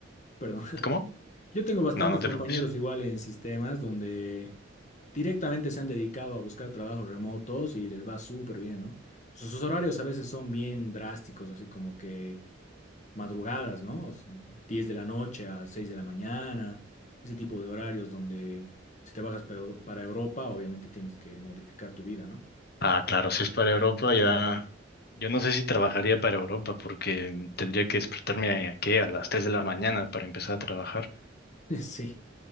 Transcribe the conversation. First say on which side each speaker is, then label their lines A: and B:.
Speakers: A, on the left (about 40°); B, on the left (about 55°).
A: Perdón. <laughs>
B: ¿cómo?
A: Yo tengo bastantes
B: No, no te
A: compañeros
B: preocupes.
A: igual en sistemas donde directamente se han dedicado a buscar trabajos remotos y les va súper bien, ¿no? Sus, sus horarios a veces son bien drásticos, así como que madrugadas, ¿no? O s- 10 de la noche a 6 de la mañana, ese tipo de horarios donde si trabajas peo- para Europa, obviamente tienes que modificar tu vida, ¿no?
B: Ah, claro, si es para Europa ya. Yo no sé si trabajaría para Europa porque tendría que despertarme a, ¿qué? A las 3 de la mañana para empezar a trabajar.
A: <laughs> Sí,